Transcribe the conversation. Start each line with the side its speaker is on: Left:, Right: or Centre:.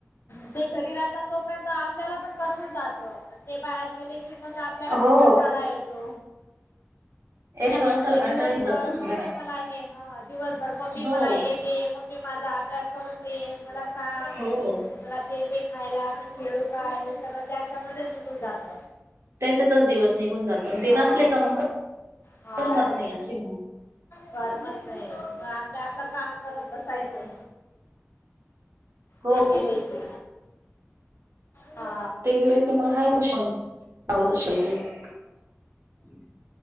Left: <inaudible> ते घरी राहतात तोपर्यंत आपल्याला पण करमून जात, आनी ते बाहेर गेले की मग आपल्याला
Right: हो
Left: पण कंटाळा येतो.
Right: एका
Left: ते
Right: माणसाला
Left: म्हणजे
Right: कंटाळी
Left: दिवसभर
Right: जातो ना
Left: ममी
Right: घरात
Left: मला हे ह दिवसभर. मम्मी
Right: हो
Left: मला हे दे, मम्मी माझा अभ्यास करून दे, मला का
Right: हो
Left: रात्री खायला, खेळू काय सगळं त्याच्यामध्ये निघून जात.
Right: त्याच्यातच दिवस निघून जातो. ते
Left: हा
Right: नसले का मग
Left: हा.
Right: करमत नाही असे
Left: करमत नाहीे. मग आपल्या आपलं काम करत बसायचं.
Right: हो
Left: ते गेले की. हा
Right: ते गेले की मग, आहे <unintelligible> ब्लाउज शिवायची. हो.